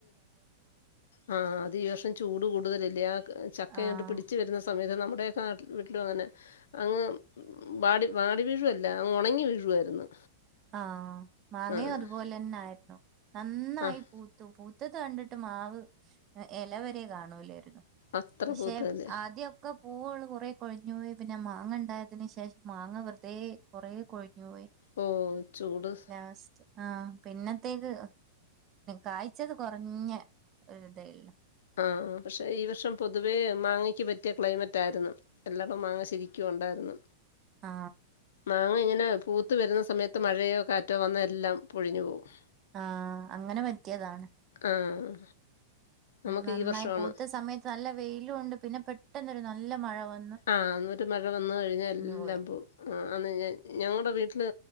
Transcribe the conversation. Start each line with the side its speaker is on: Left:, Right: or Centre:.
Left: ആ അത് ഈ വർഷം ചൂട് കൂടുതലല്ലേ ആ ചക്ക
Right: ആ
Left: ഇങ്ങോട്ട് പിടിച്ചു വരുന്ന സമയത്ത് നമ്മ നമ്മുടെയൊക്കെ നാട്ടി വീട്ടിലും അങ്ങനെ അങ്ങ് വാടി വാടി വീഴുവല്ല അങ്ങ് ഉണങ്ങി വീഴുവായിരുന്നു
Right: ആ മാങ്ങയും
Left: ആഹ്
Right: അതുപോലെ തന്നെ ആയിരുന്നു നന്നായി
Left: ആഹ്
Right: പൂത്തു പൂ ത്തത് കണ്ടിട്ട് മാവ് ഇലവര കാണൂല്ലാരുന്നു ന്നു
Left: അത്ര
Right: പക്ഷെ
Left: പൂത്തതല്ലേ
Right: ആദ്യ ഒക്ക പൂവുകൾ കുറ കൊഴിഞ്ഞു പോയി പിന്നെ മാങ്ങ ഉണ്ടായതിന് ശേഷം മാങ്ങ വെറുതെ കൊറെ കൊഴിഞ്ഞു പോയി
Left: ഓ ചൂട്
Right: ലാസ്റ്റ് ആ പിന്നത്തേത് കായ്ച്ചത് കുറഞ്ഞ ഒരു ഇതേയുള്ളൂ
Left: ആ പക്ഷെ ഈ വർഷം പൊതുവേ മാങ്ങക്ക് പറ്റിയ ക്ലൈമറ്റ് ആയിരുന്നു എല്ലാടോം മാങ്ങാ ശരിക്കും ഉണ്ടായിരുന്നു
Right: ആ
Left: മാങ്ങ ഇങ്ങനെ പൂത്ത് വരുന്ന സമയത്ത് മഴയോ കാറ്റോ വന്നാൽ എല്ലാം പൊഴിഞ്ഞു പോവും
Right: ആ അങ്ങനെ പറ്റിയതാണ്
Left: ആഹ് നമുക്ക്
Right: നന്നായി
Left: ഈ വർഷമാണ്
Right: പൂത്ത സമയത്ത് നല്ല വെയിലുണ്ട് പിന്നെ പെട്ടെന്നരു നല്ല മഴ വ
Left: ആഹ് അന്നൊരു മഴ വന്ന് കഴിഞ്ഞാ എല്ലാം
Right: പോയി
Left: പോവും ആ അന്ന് ഞാൻ ഞങ്ങടെ വീട്ടില്